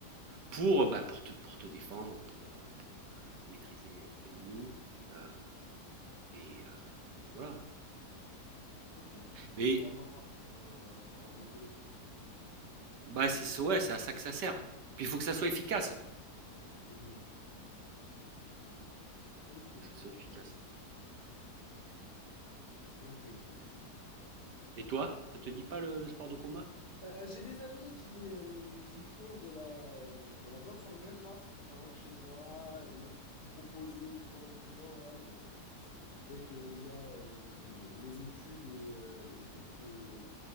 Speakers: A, on the right; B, on the left.
A: Pour, bah, pour, te, pour te défendre, pour, euh, pour euh, maîtriser l'ennemi. euh, et, euh, et voilà.
B: ok. Donc,
A: Mais
B: vraiment euh, en autodéfense.
A: bah, c'est ouais, c'est à ça que ça sert. Puis il faut que ça soit efficace.
B: Mhm. Ok.
A: faut que ça soit efficace.
B: Bon, ben,
A: ouais.
B: Ok, ok.
A: Et toi, ça te dit pas le, le sport de combat?
B: Euh, j'ai des amis qui, euh, qui font de la, euh, de la boxe anglaise, là, par exemple chez moi. Ils m'ont proposé deux, trois entraînements, là, mais euh, c'est vrai que déjà, euh, mes études et, euh, et le fait que,